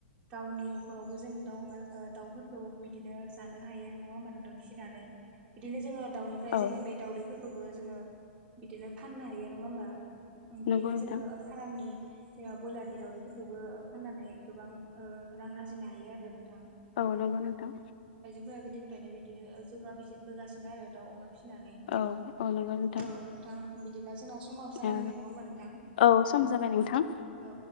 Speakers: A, on the right (about 20°); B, on the left (about 55°).
A: गावनि न'खरावबो जों दाउ, अमा ओ दाउफोरखौ बिदिनो जानो हायो नंङा होमबा नोंदां फिस नानै बिदिनो जोङो दाउनिफ्राय
B: औ
A: जोङो बे दाउदैफोर खौबो जोङो बिदिनो फाननो हायो नङा होमबा? बिदिनो
B: नंगौ नोंथां
A: जोङो ओ दामनि जेना बयलारनि दाउदैफोरखौबो ओ फाननानै गोबां ओ रां आरजिनो हायो आरो नोंथां।
B: औ नंगौ नोंथां।
A: जोंङो गोदोनिफ्रायनो बिदिनो ओ जौगा बोसि बोगासिनो आरो दाउ, अमा फिनानै
B: औ औ नंगौ नोंथां
A: औ नोंथां बिदिब्ला जोंना समा जाना
B: ओ
A: फैबाय नङा होमबा नोंथां?
B: औ सम जाबाय नोंथां
A: औ